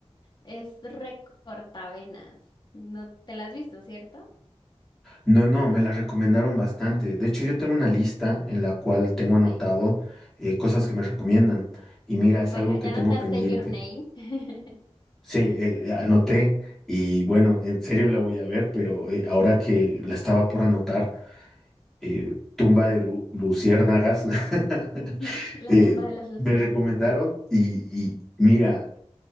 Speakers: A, on the left (about 40°); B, in the centre.
A: Es recortavenas. No te la has visto, ¿cierto?
B: No, no, me las recomendaron bastante. De hecho, yo tengo una lista en la cual tengo anotado
A: Sí.
B: eh, cosas que me recomiendan. Y mira, es
A: Bueno,
B: algo
A: ya
B: que tengo
A: notaste
B: pendiente.
A: Your Name. <laughs>
B: Sí, eh, anoté y bueno, en serio la voy a ver, pero eh, ahora que la estaba por anotar, eh, Tumba de Lu- Luciérnagas, <laughs>
A: Ujú, La
B: eh,
A: tumba de las luciérnagas.
B: me recomendaron y, y mira.